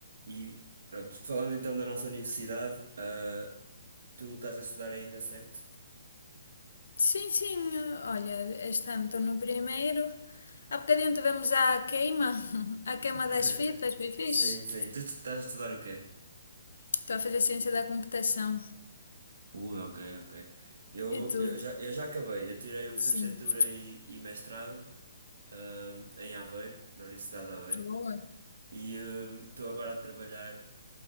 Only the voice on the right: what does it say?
E pronto, falando então da nossa universidade, ah, tu estás a estudar ainda, certo?
<laughs>
Sim, sim. Tu tu estás a estudar o quê?
Ui, ok, ok. Eu,
eu já, eu já acabei. Eu tirei licenciatura
e, e mestrado, ahm, em Aveiro, na Universidade de Aveiro.
E ah, estou agora a trabalhar